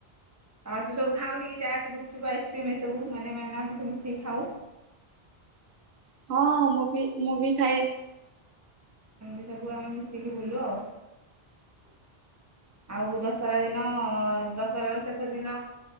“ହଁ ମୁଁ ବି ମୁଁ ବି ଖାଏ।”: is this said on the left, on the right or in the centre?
Right